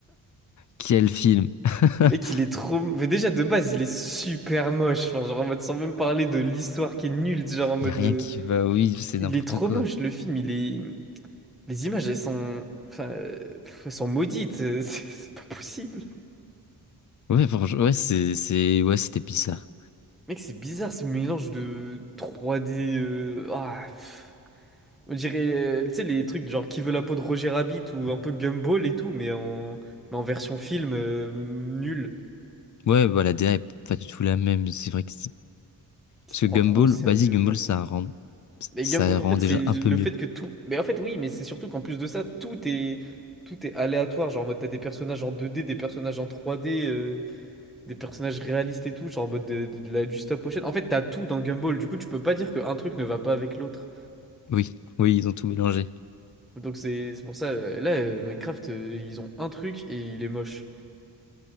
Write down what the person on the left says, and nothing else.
quel film! <laughs>
Y a rien
qui va, oui, c'est
n'importe
quoi.
Ouais, franchement, ouais, c'est, c'est, ouais, c'était bizarre.
Ouais, voilà, la DA est pas du tout la même. C'est vrai que
Parce
que Gumball,
vas-y, Gumball,
ça rend,
ça
rend
déjà
un peu mieux.
Oui, oui, ils ont tout mélangé.